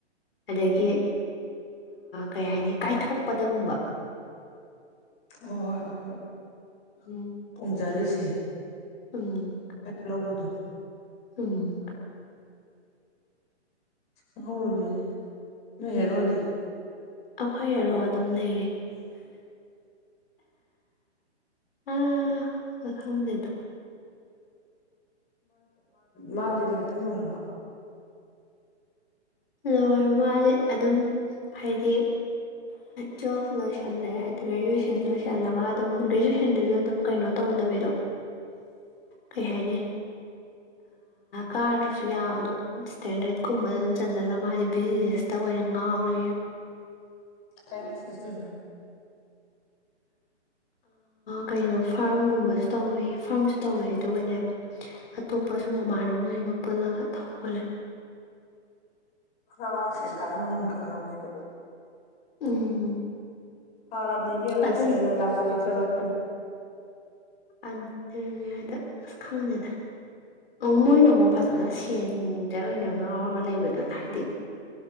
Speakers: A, on the left (about 55°); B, on the left (about 20°).
A: ꯑꯗꯒꯤ ꯀꯩ ꯍꯥꯏꯅꯤ ꯀꯥꯏꯊꯣꯛꯄꯗꯒꯨꯝꯕ
B: ꯍꯣꯏ ꯍꯣꯏ
A: ꯎꯝ
B: ꯄꯣꯡꯖꯔꯤꯁꯦ
A: ꯎꯝ
B: ꯂꯧꯕꯗꯣ <inaudible>
A: ꯎꯝ
B: ꯪ ꯍꯧꯔꯣꯏꯗꯣꯏꯅꯦ ꯍꯦꯔꯣꯗꯤ
A: ꯑꯩꯈꯣꯏꯔꯣ ꯑꯗꯨꯝ ꯂꯩꯔꯦ ꯑ ꯑ ꯈꯪꯗꯦꯗ
B: ꯃꯥꯗꯤ ꯂꯥꯏꯔꯤ ꯇꯝ ꯂꯣꯏꯔꯕ
A: ꯂꯣꯏ ꯃꯥꯗꯤ ꯑꯗꯨꯝ ꯍꯥꯏꯗꯤ ꯇ꯭ꯋꯦꯜꯐ ꯂꯣꯏꯁꯜꯂꯦ ꯑꯗꯨ ꯒ꯭ꯔꯦꯖꯨꯋꯦꯁꯟ ꯂꯣꯏꯁꯤꯜꯂꯒ ꯑꯗꯨꯝ ꯒ꯭ꯔꯦꯖꯨꯋꯦꯁꯟꯗꯨꯁꯨ ꯑꯗꯨꯝ ꯀꯩꯅꯣ ꯇꯧꯗꯕꯤꯗꯣ ꯀꯩ ꯍꯥꯏꯅꯤ ꯀꯥꯗ꯭ꯔꯁꯨ ꯌꯥꯕꯗꯝ ꯏꯁꯇꯦꯟꯗꯔꯠꯀꯨꯝꯕꯗ ꯑꯗꯨꯝ ꯆꯟꯁꯤꯜꯂꯒ ꯃꯥꯗꯤ ꯕꯤꯖꯤꯅꯦꯁꯇ ꯑꯣꯏꯅ ꯉꯥꯎꯔ
B: ꯀꯥꯏꯕꯤꯁꯦ ꯁꯨ
A: ꯀꯩꯅꯣ ꯐꯥꯔꯝꯒꯨꯝꯕꯁꯨ ꯇꯧꯋꯤ ꯐꯥꯔꯝꯁꯨ ꯇꯧꯋꯦ ꯑꯗꯨꯒꯅꯦ ꯑꯇꯣꯞꯄ ꯁꯨꯝ ꯃꯃꯥꯟꯅꯕꯈꯩꯒ ꯄꯨꯜꯂꯒ ꯇꯧꯕꯅꯦ
B: ꯍꯔꯋꯥꯏꯁꯦ ꯇ ꯃꯨꯝ ꯈꯪꯉꯝꯅꯦꯕ
A: ꯎꯝ
B: ꯐꯥꯎꯔꯕꯅꯤ ꯃꯤ ꯑꯣꯏꯅ
A: ꯑꯗꯨ
B: ꯁꯦꯅ ꯂꯥꯛꯆ ꯂꯥꯛꯆꯔꯛ ꯑ
A: ꯑꯗꯨꯅꯦ ꯍꯥꯏꯗ ꯑꯁ ꯈꯪꯗꯦꯗ ꯃꯣꯏꯅ ꯑꯃꯨꯛ ꯐꯖꯅ ꯁꯦꯟꯗ ꯑꯣꯏꯅ ꯉꯥꯎꯔꯒ ꯂꯩꯕꯗꯨꯣ ꯍꯥꯏꯗꯤ